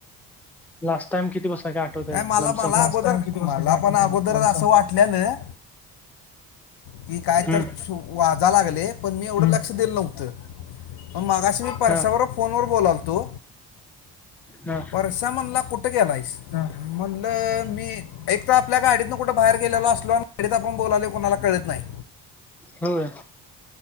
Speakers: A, in the centre; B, on the left.
A: लास्ट टाइम किती बसतय काय? आठवत आहे
B: नाही
A: का
B: मला
A: लमसम
B: मला अगोदर मला पण अगोदरस असं वाटलेलं कि काय
A: हम्म
B: तर वाजा लागले पण मी एवढ लक्ष दिलं नव्हतं, मग मागाशी परश्याबरोबर
A: हा
B: फोनवर बोलालतो,
A: हा
B: परश्या म्हणला कुठ गेलायस. ह म्हणलं मी एक त आपल्या गाडीतनं कुठं बाहेर गेलेलो असलो गाडीत आपण बोलवले कोणाला कळत नाही.
A: होय.